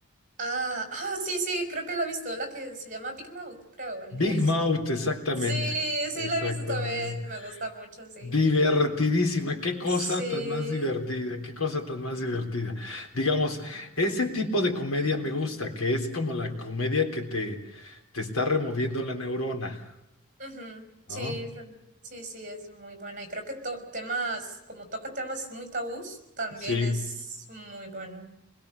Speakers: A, on the right; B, on the left.
A: Ah, ah, sí, sí, creo que la he visto, la que se llama Big Mouth, creo, en inglés.
B: Big Mouth, exactamente.
A: Sí, sí,
B: Exactamente.
A: la he visto también, me gusta mucho, sí.
B: Divertidísima, qué cosa
A: Sí,
B: tan más divertida, qué cosa tan más divertida. Digamos, ese tipo de comedia me gusta, que es como la comedia que te, te está removiendo la neurona,
A: ujú,
B: ¿no?
A: Sí, re- sí, sí, es muy buena. Y creo que to- temas, como toca temas muy tabús, también
B: Sí,
A: es muy bueno.